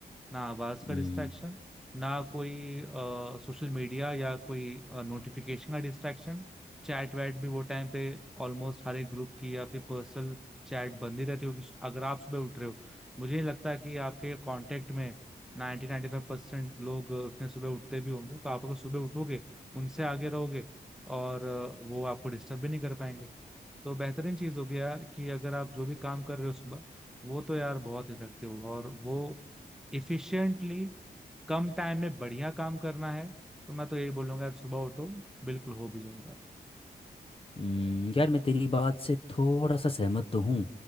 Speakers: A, in the centre; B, on the left.
A: ना आवाज का
B: है
A: डिस्ट्रैक्शन ना कोई सोशल मीडिया या कोई नोटिफिकेशन का डिस्ट्रैक्शन चैट वैट भी वो टाइम पे ऑलमोस्ट हर एक ग्रुप की या फिर पर्सनल चैट बंद ही रहती होगी अगर आप सुबह उठ रहे हो मुझे नहीं लगता कि आपके कांटेक्ट में 90 95 परसेंट लोग अ, उतने सुबह उठते भी होंगे तो आप अगर सुबह उठोगे उनसे आगे रहोगे और अ, वो आपको डिस्टर्ब भी नहीं कर पाएंगे तो बेहतरीन चीज होगी यार कि अगर आप जो भी काम कर रहे हो सुबह वो तो यार बहुत इफेक्टिव होगा और वो इफिशिएंटली कम टाइम में बढ़िया काम करना है तो मैं तो यही बोलूंगा यार सुबह उठो बिल्कुल हो भी जाएगा
B: हम्म, यार मैं तेरी बात से थोड़ा सा सहमत तो हूँ